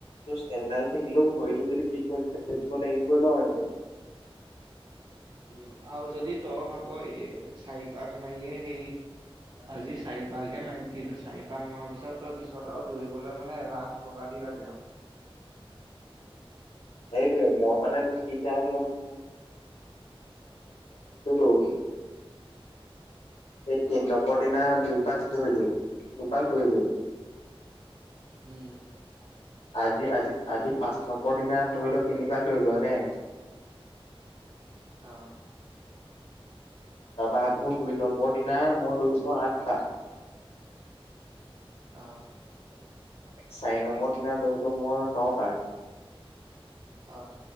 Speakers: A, on the left; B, on the right.
A: ষ্টেমিনাৰটো থাকিলেও ভৰিতটো যদি বিষ হয় তেতিয়া উ দিব লাগিবই নহয় ন।
B: উ আৰু যদি তই ভাব এই চাৰিপাক মাৰিয়েই হেৰি আজি চাৰি পাকহে মাৰিম, কিন্তু চাৰি পাক মাৰ পিছত তই পিছত আৰু দৌবলৈ মানে এলাহ লগা দি ঘেৰা গ <unintelligible>
A: সেইটোৱেটো মই মানে তোক কি চাই আছো গম <unintelligible>
B: কি
A: এই
B: অ',
A: তিন নম্বৰ দিনা দুপাক ধুইলো দুপাক দৰিলো
B: উম
A: আজি আজি আজি পাঁচ নম্বৰ দিনা ধৰি লোৱা তিনিপাক দৰিলো হয়নে
B: অহ
A: তাপা আকৌ দুই নম্বৰ দিনা মই দৌৰিছোঁ আঠটা
B: আহ <unintelligible>
A: চাৰি নম্বৰ দিনা দৌৰিলো মই ন পাক
B: অ